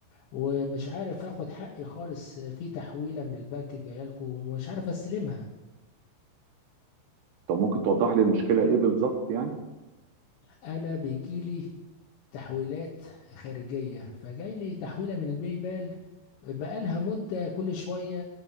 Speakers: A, on the left; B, on the right.
A: ومش عارف آخد حقي خالص في تحويلة من البنك جاية لكم ومش عارف أستلمها
B: طب ممكن توضح لي المشكلة إيه بالظبط يعني
A: انا بيجيلي تحويلات خارجية فجاي لي تحويلة من الباي بال بقالها مدة كل شوية